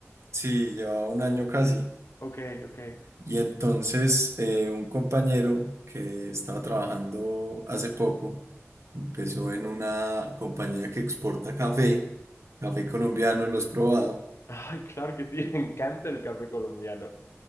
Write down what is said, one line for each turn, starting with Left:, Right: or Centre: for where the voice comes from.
Right: Sí, llevaba un año casi.
Left: Ok, ok.
Right: Y entonces eh, un compañero que estaba trabajando hace poco empezó en una compañía que exporta café, café colombiano, lo has probado,
Left: Ay, claro que sí, <laughs> me encanta el café colombiano.